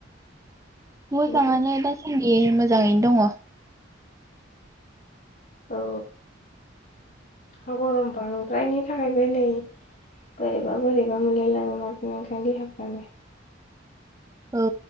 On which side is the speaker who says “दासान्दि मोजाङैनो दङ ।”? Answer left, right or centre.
Right